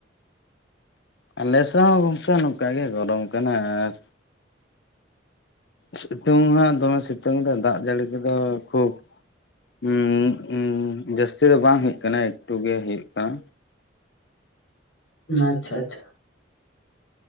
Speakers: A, on the left; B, on the left.
A: ᱟᱞᱮᱥᱮᱫ ᱦᱚᱸ ᱜᱚᱝᱠᱮ ᱱᱚᱝᱠᱟ ᱜᱮ ᱜᱚᱨᱚᱢ ᱠᱟᱱᱟ ᱟᱨ ᱥᱤᱛᱩᱝ ᱦᱟᱜ ᱫᱚᱢᱮ ᱥᱤᱛᱩᱝ ᱮᱫᱟᱭ ᱫᱟᱜ ᱡᱟᱹᱲᱤ ᱠᱚᱫᱚ ᱠᱷᱩᱵ ᱦᱩᱸ ᱦᱩᱸ ᱡᱟᱹᱥᱛᱤ ᱫᱚ ᱵᱟᱝ ᱦᱩᱭᱩᱜ ᱠᱟᱱᱟ ᱮᱠᱴᱩ ᱜᱮ ᱦᱩᱭᱩᱜ ᱠᱟᱱᱟ᱾
B: ᱱᱟ ᱟᱪᱪᱷᱟ ᱟᱪᱪᱷᱟ